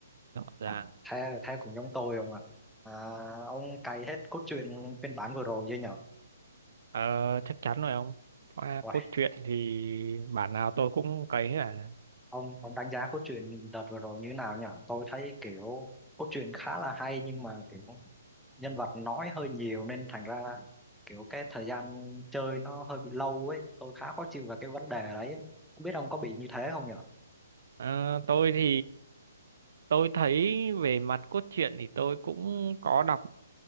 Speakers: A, on the right; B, in the centre.
A: rõ ràng.
B: À, thế thế cũng giống tôi không ạ? À, ông cày hết cốt truyện phiên bản vừa rồi chưa nhở?
A: Ờ, chắc chắn rồi ông. Qua
B: Uầy,
A: cốt truyện thì bản nào tôi cũng cấy hết à.
B: ông ông đánh giá cốt truyện đợt vừa rồi như thế nào nhở? Tôi thấy kiểu cốt truyện khá là hay nhưng mà kiểu nhân vật nói hơi nhiều nên thành ra kiểu cái thời gian chơi nó hơi bị lâu ấy. Tôi khá khó chịu về cái vấn đề đấy. ấy. Không biết ông có bị như thế không nhở?
A: Ờ, tôi thì tôi thấy về mặt cốt truyện thì tôi cũng có đọc